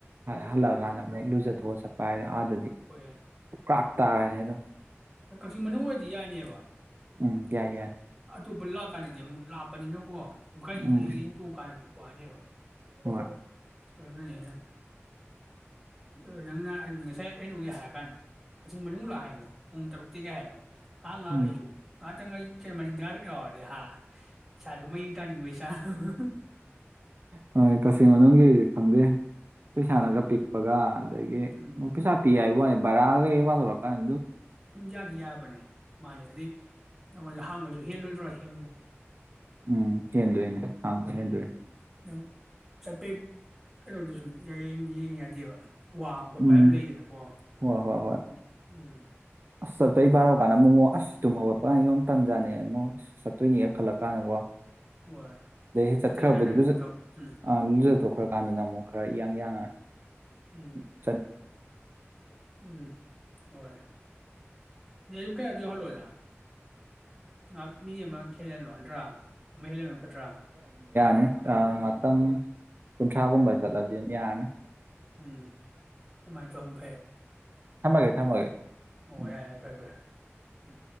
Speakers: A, on the right; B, in the centre.
A: ꯍꯜꯂꯛꯑꯀꯥꯟꯗ
B: ꯑꯗꯨꯅ
A: ꯃꯣꯏ ꯂꯨꯖꯊꯣꯛꯑ ꯆꯠꯄ ꯍꯥꯏꯗ ꯑꯥꯗꯗꯤ
B: ꯍꯣꯏ
A: ꯀ꯭ꯔꯥꯛ ꯇꯥꯔꯅꯦ ꯍꯥꯏꯗꯣ
B: ꯍꯣꯏ ꯀꯛꯆꯤꯡ ꯃꯅꯨꯡ ꯑꯣꯏꯔꯗꯤ ꯌꯥꯏꯅꯦꯕ
A: ꯎꯝ ꯌꯥꯏ ꯌꯥꯏ
B: ꯑꯇꯣꯞꯄ ꯂꯥꯛ ꯀꯥꯟꯗꯤ ꯑꯃꯨꯛ ꯂꯥꯛꯄꯅꯤꯅꯀꯣ ꯒꯥꯔꯤ
A: ꯎꯝ
B: ꯏꯟꯇꯣꯛꯑ ꯀꯥꯟꯗꯗꯤ ꯋꯥꯅꯦꯕ
A: ꯍꯣꯏ
B: ꯑꯣꯏꯅꯅ ꯑ ꯅꯪꯅ ꯉꯁꯥꯏ ꯀꯩꯅꯣꯒꯤ ꯍꯥꯏꯔ ꯀꯥꯟꯗ ꯀꯛꯆꯤꯡ ꯃꯅꯨꯡ ꯂꯥꯛ ꯍꯥꯏꯗꯣ ꯄꯨꯡ ꯇꯔꯨꯛꯇꯒꯤ ꯍꯥꯏꯗꯣ ꯑꯉ
A: ꯎꯝ
B: ꯑꯁꯨꯣ ꯈꯤꯇꯪ ꯑꯩ ꯀꯩꯅ ꯃꯅꯤꯡꯗꯁꯤꯔꯔꯦ ꯍꯥ ꯏꯁꯥꯗꯣ ꯃꯌꯡ ꯇꯥꯅꯤꯡꯕ ꯏꯁꯥ ꯍꯝ <inaudible>
A: ꯍꯣꯏ ꯀꯛꯆꯤꯡ ꯃꯅꯨꯡꯒꯤ ꯈꯪꯗꯦ ꯄꯩꯁꯥꯅꯒ
B: ꯎꯝ
A: ꯄꯤꯛꯄꯒ ꯑꯗꯒꯤ
B: ꯎꯝ
A: ꯄꯩꯁꯥ ꯄꯤ ꯍꯥꯏꯕ ꯋꯥꯅꯦ ꯔꯒ ꯀꯌꯦꯕꯔꯀ ꯑꯦ
B: ꯝ ꯌꯥꯗꯤ ꯌꯥꯕꯅꯤ ꯃꯥꯅꯤ ꯑꯗꯨꯗꯩ ꯅꯉꯣꯟꯗ ꯊꯥꯡꯕꯁꯨ ꯍꯦꯜꯂꯣꯏꯗ꯭ꯔꯥ ꯍ
A: ꯎꯝ ꯍꯦꯟꯗꯣꯏꯅꯦ ꯍꯥꯡꯕ
B: ꯎꯝ
A: ꯍꯦꯟꯗꯣꯏꯅꯦ
B: ꯅꯪ ꯆꯠꯄꯩ ꯀꯩꯅꯣꯗꯨꯁꯨ ꯌꯥꯌꯦꯡ ꯌꯦꯡ ꯌꯥꯗꯦꯕ ꯋꯥꯕ ꯈꯣꯠꯄꯝ
A: ꯎꯝ
B: ꯂꯩꯗꯅꯀꯣ
A: ꯍꯣꯏ ꯍꯣꯏ ꯍꯣꯏ
B: ꯎꯝ ꯎꯝ
A: ꯑꯁ <unintelligible> ꯑꯁ ꯇꯨꯝ ꯍꯧꯒꯠꯄ <unintelligible> ꯇꯝꯖꯥꯟꯅꯦ <unintelligible> ꯆꯠꯇꯣꯏꯅꯦ ꯈꯜꯂꯛ ꯀꯥꯟꯗꯀꯣ
B: ꯍꯣꯏ
A: ꯑꯗꯩ
B: ꯆꯠꯇ꯭ꯔꯁꯨ
A: ꯆꯠꯈ꯭ꯔꯕꯨꯗꯤ
B: ꯌꯥꯗꯒꯨꯝ
A: ꯂꯨ
B: ꯇꯧ ꯎꯝ
A: ꯑ ꯂꯨꯖ <unintelligible> ꯀꯥꯟꯗꯅ ꯑꯃꯨꯛ ꯈꯔ ꯏꯌꯥꯡ ꯌꯥꯡ
B: ꯎꯝ
A: <unintelligible>
B: ꯎꯝ ꯍꯣꯏ <unintelligible> ꯀꯌꯥ ꯌꯧꯍꯜꯂꯣꯏꯗ ꯉꯥꯏꯍꯥꯛ ꯃꯤ ꯑꯃ ꯏꯁꯩꯍꯜꯂꯣ ꯅꯠꯇ꯭ꯔꯥ ꯑꯃ ꯍꯦꯜꯂꯦꯟ <unintelligible> ꯐꯠꯇ꯭ꯔꯥ
A: <inaudible> <unintelligible> ꯉꯥꯛꯇꯪ
B: ꯎꯝ
A: ꯀꯨꯟꯊ꯭ꯔꯥꯒꯨꯝꯕ
B: ꯎꯝ
A: ꯆꯠꯂꯗꯤ ꯑꯗꯨꯝ ꯌꯥꯔꯅꯤ
B: ꯎꯝ ꯑꯃꯥꯏ ꯇꯧꯔꯝ ꯐꯩ <unintelligible>
A: ꯊꯝꯃꯒꯦ ꯊꯝꯃꯒꯦ
B: ꯑꯣ
A: ꯎꯝ
B: <unintelligible> ꯐꯔꯦ ꯐꯔꯦ ꯎꯝ